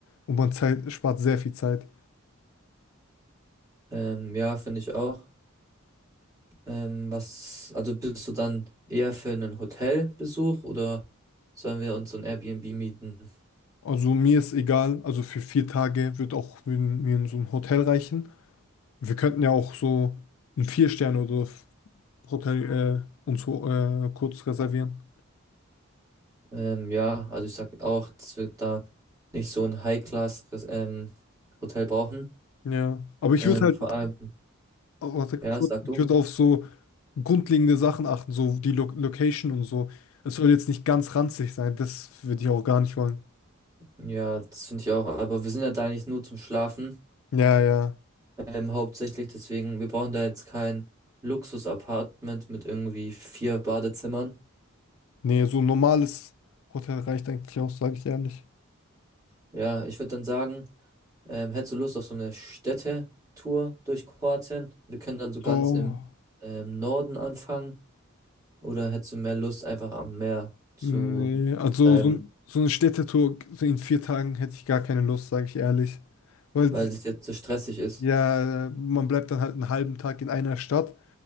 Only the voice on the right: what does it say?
Ähm, ja, finde ich auch. Ähm, was, also bist du dann eher für einen Hotelbesuch oder sollen wir uns so ein Airbnb mieten?
Ähm, ja, also ich sag auch, dass wir da nicht so ein High-Class, ähm, Hotel brauchen.
Ähm,
vor allem,
ja, sag du.
Ja, das finde ich auch. Aber wir sind ja da eigentlich nur zum Schlafen.
Ähm, hauptsächlich deswegen, wir brauchen da jetzt kein Luxus-Apartment mit irgendwie vier Badezimmern.
Ja, ich würde dann sagen, ähm, hättest du Lust auf so eine Städtetour durch Kroatien? Wir können dann so ganz
im ähm, Norden anfangen. Oder hättest du mehr Lust, einfach am Meer zu
bleiben,
weil es jetzt so stressig ist?